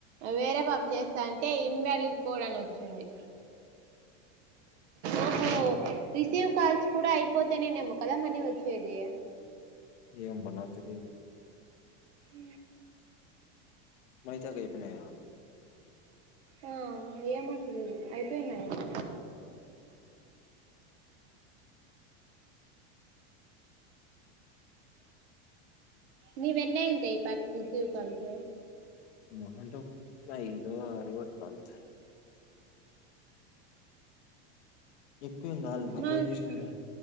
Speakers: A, on the right (about 80°); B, on the left (about 80°).
A: వేరే పాప చేస్తా అంటే ఇన్వ్యాలీడ్ కోడ్ అని వచ్చింది ఓహో
B: నీకా
A: రిసీవ్ కాల్స్ కూడా అయిపోతే నెమో కదా మనీ వచ్చేది
B: ఏం బా నాక్ తెలీదు
A: ఉ
B: మైతది అయిపోయినాయ
A: ఆ ఏమో తెలీదు అయిపోయినాయేమో నీవ్ ఎన్ని అయింటాయి ఇపాటికి రిసీవ్ కాల్స్
B: మహా అంటే ఒక ఐదో ఆరో అట్లా అంతే ఎక్కువేం కాలదు నాకు
A: మా ఆ
B: ఎవరు చేసినారే